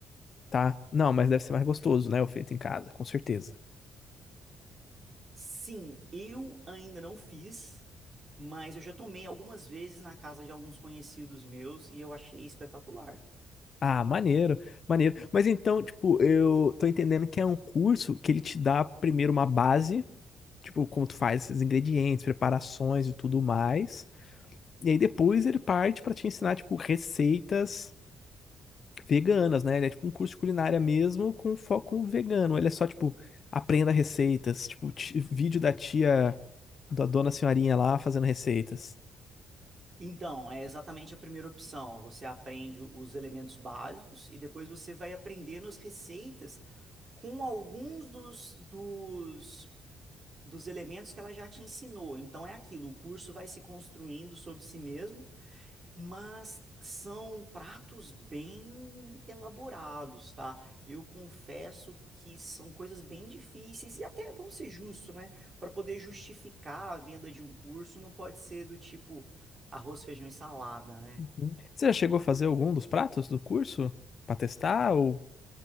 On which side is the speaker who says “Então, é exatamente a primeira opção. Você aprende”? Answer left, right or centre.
Right